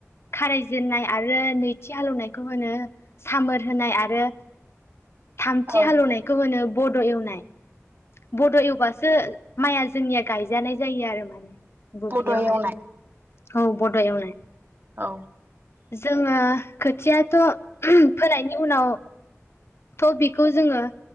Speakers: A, on the left; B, on the right.
A: खारायजेननाय आरो नैथि हालेवनायखौ होनो सामोर होनाय आरो थामथि
B: औ
A: हालेवनायखौ होनो बड' एवनाय बड' एवबासो माइया जोंनिया गायजानाय जायो आरो माने बुब्लियावहाय
B: बड' एवनाय
A: औ बड' एवनोनाय
B: औ
A: जोङो खोथियाथ' फोनायनि उनाव थ' बेखौ जोङो